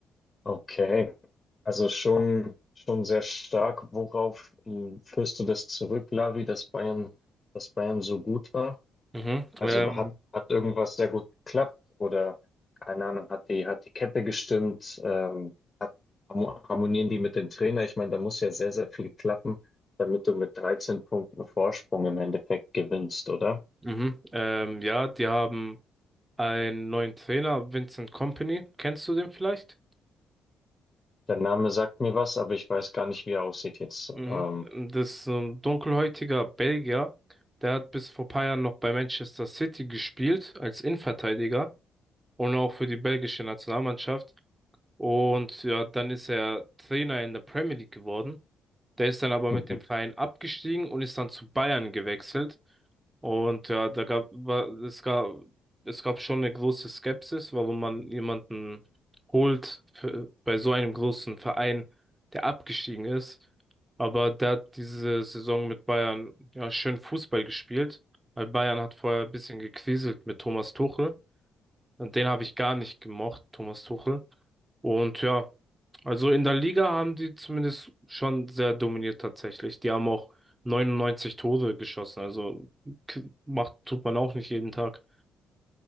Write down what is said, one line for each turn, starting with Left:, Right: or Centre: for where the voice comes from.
Left: Okay. Also schon, schon sehr stark. Worauf äh, führst du das zurück, Lavi, dass Bayern, dass Bayern so gut war?
Right: Mhm.
Left: Also
Right: Ähm,
Left: hat, hat irgendwas sehr gut geklappt oder keine Ahnung, hat die, hat die Kette gestimmt, ähm, hat, harmonieren die mit dem Trainer? Ich meine, da muss ja sehr, sehr viel klappen, damit du mit 13 Punkten Vorsprung im Endeffekt gewinnst, oder?
Right: mhm. Ähm, ja, die haben einen neuen Trainer, Vincent Kompany. Kennst du den vielleicht?
Left: Der Name sagt mir was, aber ich weiß gar nicht, wie er aussieht jetzt.
Right: Mhm.
Left: Ähm,
Right: Das ist so ein dunkelhäutiger Belgier. Der hat bis vor paar Jahren noch bei Manchester City gespielt als Innenverteidiger und auch für die belgische Nationalmannschaft. Und ja, dann ist er Trainer in der Premier League geworden. Der ist dann aber
Left: <laughs> mhm.
Right: mit dem Verein abgestiegen und ist dann zu Bayern gewechselt. Und ja, da gab, war, es gab, es gab schon eine große Skepsis, warum man jemanden holt für, bei so einem großen Verein, der abgestiegen ist. Aber der hat diese Saison mit Bayern ja schön Fußball gespielt, weil Bayern hat vorher ein bisschen gekriselt mit Thomas Tuchel. Und Den habe ich gar nicht gemocht, Thomas Tuchel. Und ja, also in der Liga haben die zumindest schon sehr dominiert tatsächlich. Die haben auch 99 Tore geschossen. Also k- macht, tut man auch nicht jeden Tag.